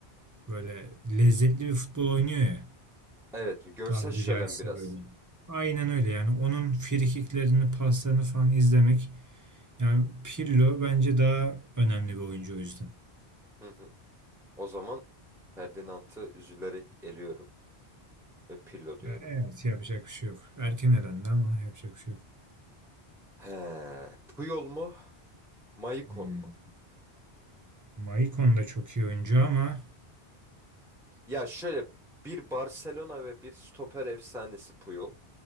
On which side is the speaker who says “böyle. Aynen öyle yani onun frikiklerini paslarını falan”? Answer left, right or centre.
Right